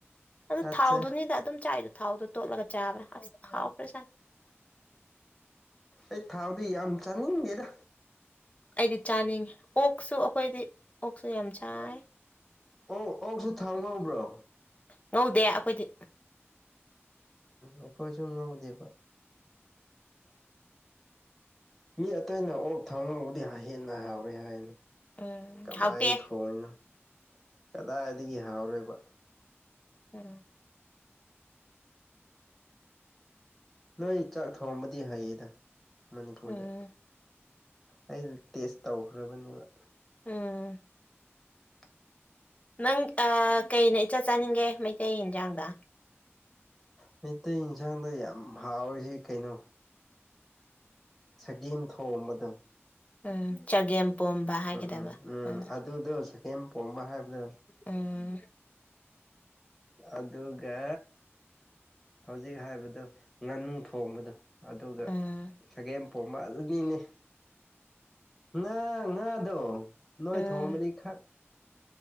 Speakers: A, on the left; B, in the centre.
A: ꯑꯗꯨ
B: ꯑꯠꯆꯥ
A: ꯊꯥꯎꯗꯨꯅꯤꯗ ꯑꯗꯨꯝ ꯆꯥꯏꯗꫭ ꯊꯥꯎꯗꯣ ꯇꯣꯠꯂꯒ ꯆꯥꯕ꯭ꯔ ꯑꯁ ꯍꯥꯎꯈ꯭ꯔ ꯖꯥꯠꯅꯤ
B: ꯑꯩ ꯊꯥꯎꯗꯤ ꯌꯥꯝ ꯆꯥꯅꯤꯡꯗꯦꯗ
A: ꯑꯩꯗꯤ ꯆꯥꯅꯤꯡꯉꯤ ꯑꯣꯛꯁꯨ ꯑꯩꯈꯣꯏꯗꯤ ꯑꯣꯛꯁꯨ ꯌꯥꯝ ꯆꯥꯏ
B: ꯑꯣ ꯑꯣꯛꯁꯨ ꯊꯥꯎ ꯉꯧꯕ꯭ꯔꯣ
A: ꯉꯧꯗꯦ ꯑꯩꯈꯣꯏꯗꯤ
B: ꯑꯩꯈꯣꯏ ꯁꯨ ꯉꯧꯗꯦꯕ ꯃꯤ ꯑꯇꯩꯅ ꯑꯣꯛ ꯊꯪꯉꯕꯨꯗꯤ ꯍꯦꯟꯅ ꯍꯥꯎꯔꯦ ꯍꯥꯏꯅꯦ
A: ꯎꯝ
B: ꯀꯃꯥꯏꯅ
A: ꯍꯥꯎꯇꯦ
B: ꯊꯣꯡꯏꯅꯣ ꯀꯗꯥꯏꯗꯒꯤ ꯍꯥꯎꯔꯣꯏꯕ
A: ꯎꯝ
B: ꯅꯣꯏ ꯆꯥꯛ ꯊꯣꯡꯕꯗꯤ ꯍꯩꯌꯦꯗ ꯃꯅꯤꯄꯨꯔꯗ
A: ꯎꯝ
B: ꯑꯩ ꯇꯦꯁ ꯇꯧꯈ꯭ꯔꯕꯅꯦꯕ
A: ꯎꯝ
B: <inaudible>
A: ꯅꯪ ꯑ ꯀꯩꯅ ꯏꯆꯥ ꯆꯥꯅꯤꯡꯒꯦ ꯃꯩꯇꯩ ꯌꯦꯟꯖꯥꯡꯗ
B: ꯃꯩꯇꯩ ꯏꯟꯁꯥꯡꯗ ꯌꯥꯝ ꯍꯥꯎꯔꯤꯁꯤ ꯀꯩꯅꯣ ꯁꯒꯦꯝ ꯊꯣꯡꯕꯗꫭ
A: ꯎꯝ ꯆꯒꯦꯝꯄꯣꯝꯕ ꯍꯥꯏꯒꯗꯕ
B: ꯎꯝ
A: ꯎꯝ
B: ꯑꯗꯨꯗꯣ ꯆꯒꯦꯝ ꯄꯣꯝꯕ ꯍꯥꯏꯕꯗꯣ
A: ꯎꯝ
B: ꯑꯗꯨꯒ ꯍꯧꯖꯤꯛ ꯍꯥꯏꯕꯗꯣ ꯉꯥꯅꯨ ꯊꯣꯡꯕꯗꯣ ꯑꯗꯨꯒ
A: ꯎꯝ
B: ꯁꯒꯦꯝ ꯄꯣꯝꯕ ꯑꯗꯨꯅꯤꯅꯤ ꯉꯥ ꯉꯥꯗꯣ ꯅꯣꯏ
A: ꯎꯝ
B: ꯊꯣꯡꯕꯗꯤ ꯈꯔ